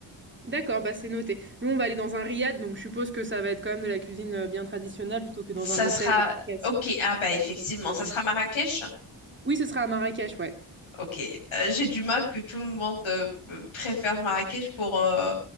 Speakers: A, on the right; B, on the left.
A: D'accord, bah c'est noté. Nous, on va aller dans un riad, donc je suppose que ça va être quand même de la cuisine euh, bien traditionnelle plutôt que dans
B: Ça
A: un hôtel
B: sera,
A: classique.
B: ok, ah bah effectivement,
A: Euh,
B: ça sera Marrakech.
A: Oui, ce sera à Marrakech, ouais.
B: Ok, Euh, j'ai du mal que tout le monde euh, préfère Marrakech pour, euh,